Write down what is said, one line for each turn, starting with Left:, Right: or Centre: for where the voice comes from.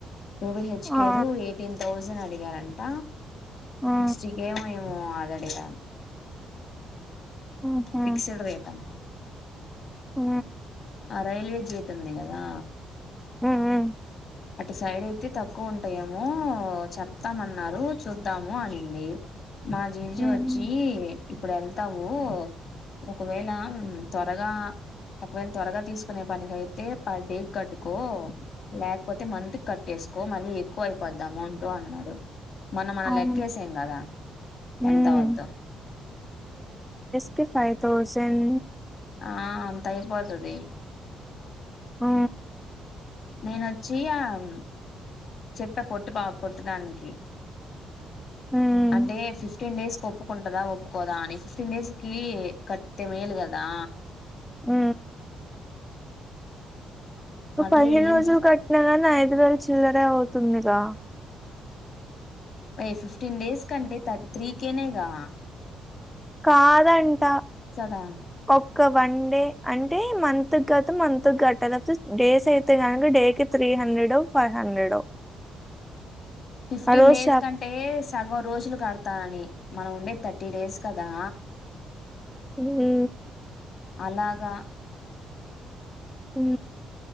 Left: టూ బి హెచ్
Centre: ఆ
Left: కే లు ఎయిటీన్ థౌజన్ అడిగారంట
Centre: ఆ
Left: సిక్స్టీ కేమో ఏమో ఆగడిగ
Centre: ఉహు
Left: ఫిక్స్డ్ రేట్ అంటా
Centre: ఊ
Left: ఆ రైల్వే గేట్ ఉంది గదా
Centre: ఉ ఉ
Left: అటు సైడ్ అయితే తక్కువ ఉన్ టయేమో చెప్తామన్నారు చూద్దాము అనింది మా జీజ
Centre: ఉమ్
Left: ఒచ్చీ ఇప్పుడు ఎళ్తావూ ఒకవేళా ఉమ్ త్వరగా ఒకవేళ త్వరగా తీసుకునే పనికైతే పర్ డే కట్టుకో లా పోతే మంత్ కట్టేసుకో మళ్ళీ ఎక్కువ అయిపోద్ది అమౌంటు అన్నాడు మొన్న మనం
Centre: అవును
Left: లెక్కేసేం గదా
Centre: ఉమ్
Left: ఎంత అవుద్దో
Centre: తె ఫై థౌజన్
Left: ఆ అంత అయిపోతది
Centre: ఊ
Left: నేనొచ్చి ఆమ్ చెప్పా పొట్టు బా పొట్టుదానికి
Centre: ఉమ్
Left: అంటే ఫిఫ్టీన్ డేస్ కొక కుంటదా ఒప్పుకోదా అని ఫిఫ్టీన్ డేస్ కి కట్తె మేలు గదా
Centre: ఊ ను
Left: అదే
Centre: పదిహేను
Left: ఏం
Centre: రోజులు
Left: చే
Centre: కట్టినా గాని ఐదు వేలు చిల్లరే అవుతుందిరా
Left: ఏయ్ ఫిఫ్టీన్ డేస్ కంటే త త్రీ కేే నేగా
Centre: కాదంట
Left: కదా
Centre: ఒక్క వన్డే అంటే మన్ తు గత్ మంత్ గట్టాల జాస్ డేసే అయితే కనక డే కి త్రీ హండ్రెడో ఫై హండ్రెడో
Left: ఫిఫ్టీన్
Centre: ఆ రోజు
Left: డేస్
Centre: షాప్
Left: కంటే సగం రోజులు కడతా అని మనం ఉండే థర్టీ డేస్ కదా
Centre: ఉహూ
Left: అలాగా
Centre: హూ